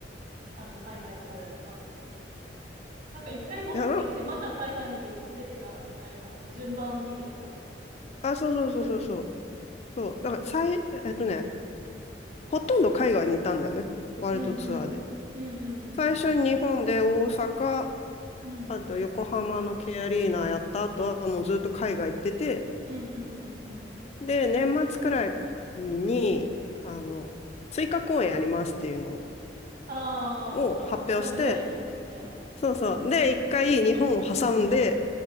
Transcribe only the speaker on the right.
あの、海外公演があったのなんか一回戻ってきて、
また海外に出、出てたみたいな、こう、順番見てたら、
うんうん。うんうんうんうんうんうん。
うん
うんうんうんうん。
ああ、
それで <laughs>
それで
わーって盛り上がってた。